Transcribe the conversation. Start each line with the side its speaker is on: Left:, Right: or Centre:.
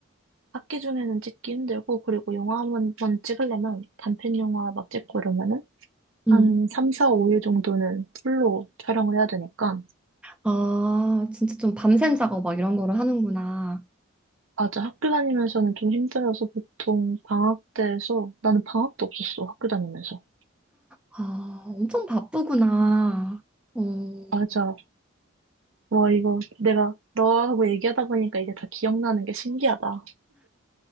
Right: 학기 중에는 찍기 힘들고, 그리고 영화 한번 찍으려면 단편 영화 막 찍고 이러면은
Centre: 음,
Right: 한 3, 4, 5일 정도는 풀로 촬영을 해야 되니까,
Centre: 아, 진짜 좀 밤샘 작업 막 이런 거를 하는구나.
Right: 맞아. 학교 다니면서는 좀 힘들어서 보통 방학 때에서 나는 방학도 없었어. 학교 다니면서.
Centre: 아, 엄청 바쁘구나. 어.
Right: 맞아. 와, 이거 내가 너하고 얘기하다 보니까 이게 다 기억나는 게 신기하다.